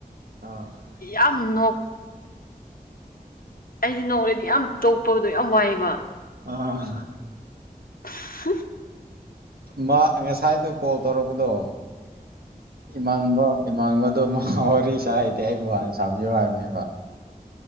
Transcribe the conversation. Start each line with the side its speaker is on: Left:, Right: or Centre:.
Right: ꯑꯥ
Left: ꯌꯥꯝ ꯅꯣꯛ ꯑꯩꯖꯤ ꯅꯣꯛꯂꯗꯤ ꯌꯥꯝ ꯇꯣꯛꯄꯗꯣ ꯌꯥꯝ ꯋꯥꯏꯕ
Right: ꯑ
Left: <unintelligible>
Right: ꯃꯥ ꯉꯁꯥꯏꯗ‌ꯣ ꯀꯣꯜ ꯇꯧꯔꯛꯄꯗꯣ ꯏꯃꯥꯟꯅꯕ ꯏꯃꯥꯟꯅꯕꯗꯣ ꯃꯥ ꯋꯥꯔꯤ ꯁꯥ ꯍꯩꯇꯦ ꯑꯩ ꯕꯨ ꯍꯥꯟꯅ ꯁꯥꯕꯤꯌꯨ ꯍꯥꯏꯕꯅꯦꯕ